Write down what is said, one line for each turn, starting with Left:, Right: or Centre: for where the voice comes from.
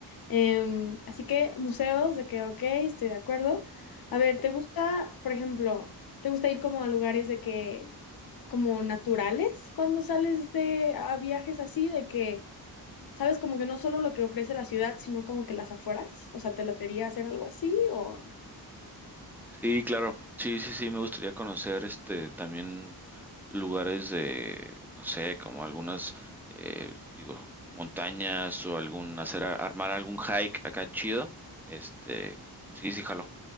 Left: Em, así que museos, de que, ok, estoy de acuerdo. A ver, ¿te gusta, por ejemplo, te gusta ir como a lugares de que, como naturales, cuando sales de a viajes así, de que... ¿Sabes? Como que no solo lo que ofrece la ciudad, sino como que las afueras. O sea, ¿te latería hacer algo así? O
Centre: Y claro, sí, sí, sí, me gustaría conocer este también lugares de, no sé, como algunas, eh, digo, montañas o algún, hacer, a- armar algún hike acá chido. Este, sí, sí, jalo.